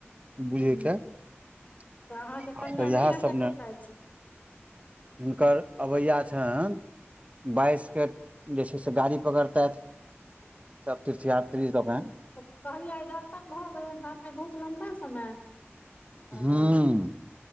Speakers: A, on the left; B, on the right.
A: आ
B: बुझयके तऽ
A: अहाँके कनिया
B: आब त इहे
A: कहिया
B: सभ
A: तक एतैथ
B: ने हिनकर अबैया छैन बाइस के जे छै से गाड़ी पकड़तैथ सब तीर्थ यात्री लोकेन
A: तऽ कहलियै दर्शन भऽ गेलनि कहलकै बहुत लम्बा समय ओ
B: हूँ